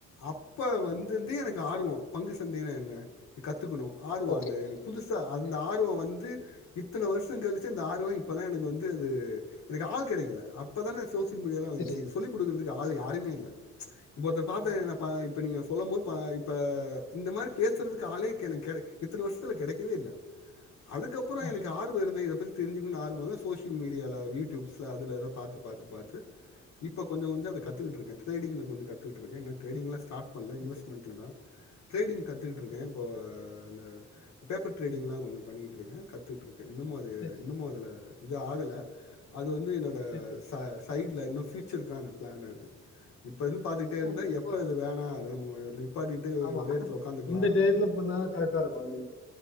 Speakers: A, on the left; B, on the left.
A: அப்போ வந்திருந்தே எனக்கு ஆர்வம் பங்கு சந்தையினா என்ன கத்துகணும் ஆர்வம்
B: ஓகே
A: அந்த புதுசா அந்த ஆர்வம் வந்து இத்தன வருஷம் கழிச்ச இந்த ஆர்வம் இப்பதான் எனக்கு வந்து அது எனக்கு ஆள் கிடைக்கல அப்பதான் நான் சொட்டு மீடியல்ல வச்சு
B: சரி
A: சொல்லி கொடுக்கறது ஆள் யாருமே இல்லை ஒரத்தர் பாத்து
B: ஆமா
A: இப்ப நீங்க சொல்லும்போது இப்ப இந்த மாதிரி பேசுறதுக்கு ஆளே எனக்கு க இத்தனை வருஷத்துல கிடைக்கவே இல்லை அதுக்கப்புறம்
B: ஆமா
A: எனக்கு ஆறு பேருல இத பத்தி தெரிஞ்சிக்கணும் ஆர்வம் சோசியல் மீடியால யூடியூப்ல அதுல பார்த்து பார்த்து பார்த்து இப்ப கொஞ்சம் கொஞ்சம் அதை கத்துக்கிட்டு
B: ஓகே ஓகே
A: இருக்கே டிரேடிங்ல கொஞ்சம் கத்து இருக்கு நான் ட்ரேடிங் கிளாஸ் ஸார்ட் பண்ணல
B: சரி
A: இன்வெஸ்ட்மெண்ட்டில்
B: சரி
A: தான் ட்ரேடிங் கற்றுக்கிட்டுருக்கே
B: சரி சரி
A: இப்போ இந்த பேப்பர் ட்ரேடிங்லா கொஞ்சோ பண்ணிட்டு இருக்கன் கத்துட்டு இருக் இன்னமோ அது
B: சரி
A: இன்னமும் அதுல இது ஆகல அது வந்து என்னோட
B: சரி சரி சரி
A: ச சைட்ல இன்னு பூச்சருக்கான பிளான் அது இப்ப இருந்து பாத்துட்டே
B: ஆமா
A: இருந்த
B: இப்ப
A: எப்ப இது வேணா அதுல நிப்பாத்திட்டு
B: ஆமா
A: ஒரே இடத்துல உக்காந்துக்கலா
B: இந்த டயத்துல பண்ணா கரெக்டா இருக்கு நீங்க